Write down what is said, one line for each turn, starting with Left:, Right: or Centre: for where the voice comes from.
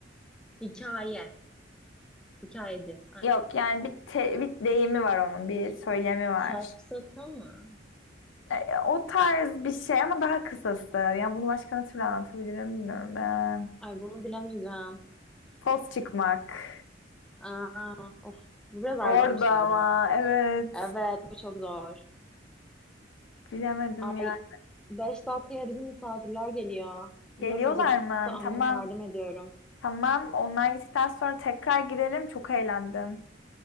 Centre: hikaye. Hikayeci. Ay
Left: Yok yani bir, te- bir deyimi var onun, bir söylemi var.
Centre: safsata mı?
Left: Ee, o tarz bir şey ama daha kısası. Yani bunu başka ne türlü anlatabilirim bilmiyorum. Ee,
Centre: Ay bunu bilemeyeceğim.
Left: poz çıkmak.
Centre: Aa, of. Biraz argoymuş
Left: Orada
Centre: ama
Left: ama
Centre: bilemedim.
Left: evet.
Centre: Evet bu çok zor.
Left: Bilemedim
Centre: Ay
Left: yani.
Centre: beş dakikaya bizim misafirler geliyor.
Left: Geliyorlar
Centre: Biraz hazırlıkta
Left: mı?
Centre: anneme
Left: Tamam.
Centre: yardım ediyorum.
Left: Tamam. Onlar gittikten sonra tekrar girelim. Çok eğlendim.